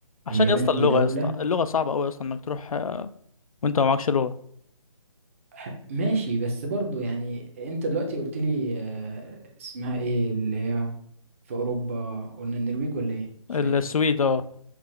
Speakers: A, on the left; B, on the right.
A: عشان
B: اليابان
A: يا اسطى اللغه
B: دي دولة
A: يا اسطى اللغه صعبه قوي اصلا انك تروح آه، وانت ما معكش لغه
B: ح- ماشي بس برضو يعني انت دلوقتي قلت لي آه، اسمها ايه اللي هي في أوروبا قلنا النرويج ولا ايه مش
A: السويد
B: فاكر
A: اه